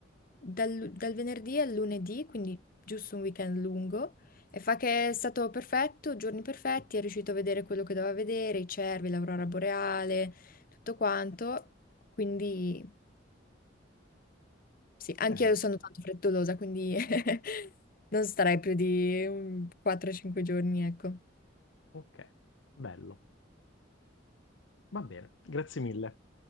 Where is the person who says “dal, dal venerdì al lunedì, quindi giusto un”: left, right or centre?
Left